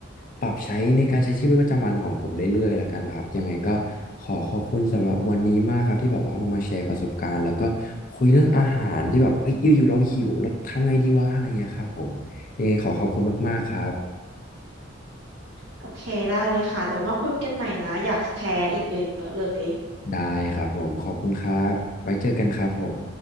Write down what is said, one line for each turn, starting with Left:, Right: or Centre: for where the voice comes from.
Left: ปรับใช้ในการใช้ชีวิตประจำวันของผมเรื่อยๆแล้วกันครับยังไงก็ขอขอบคุณสำหรับวันนี้มากครับที่แบบว่าเรามาแชร์ประสบการณ์แล้วก็คุยเรื่องอาหารที่แบบเอ้ยอยู่ๆเราหิวแล้วทำไงดีวะอะไรเงี้ยครับผมยังไงขอขอบคุณมากๆครับ
Right: โอเคได้เลยค่ะเดี๋ยวมาคุยกันใหม่นะอยากแชร์อีกเยอะๆเลย
Left: ได้ครับผมขอบคุณครับไว้เจอกันครับผม